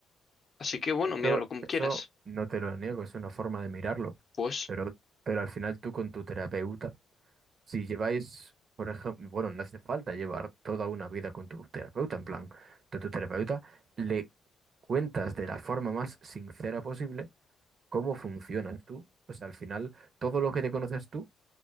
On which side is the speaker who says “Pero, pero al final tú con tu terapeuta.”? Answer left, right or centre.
Right